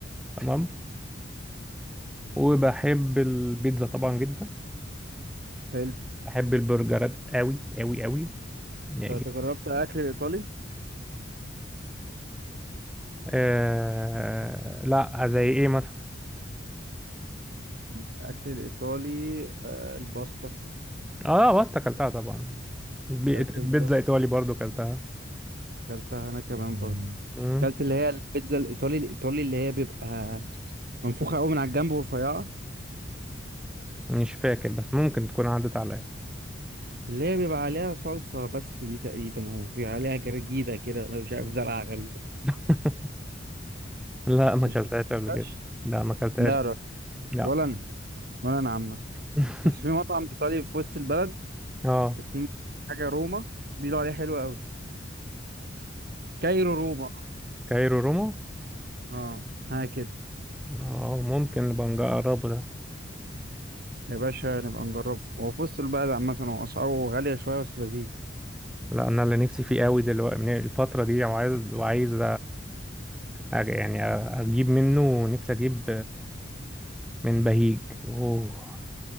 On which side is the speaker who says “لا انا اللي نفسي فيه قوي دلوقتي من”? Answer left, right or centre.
Centre